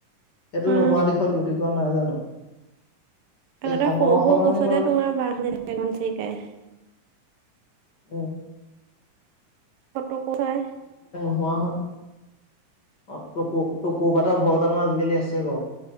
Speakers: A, on the left; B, on the right.
A: এইটো
B: অ
A: নোহোৱা দিশত গতি কৰা নাই জানো।
B: আগতে
A: এই সময়ৰ
B: সৰু
A: সলনিৰ
B: সৰু গছতে
A: লগতে
B: তোমাৰ বহ দি থাকেখনন চৰিকাই।
A: উম
B: ফটো কো খাই।
A: নোৱা হয় অ ট ক'বাতেটা ঘৰৰত জানো আজিকালি আছে বাৰু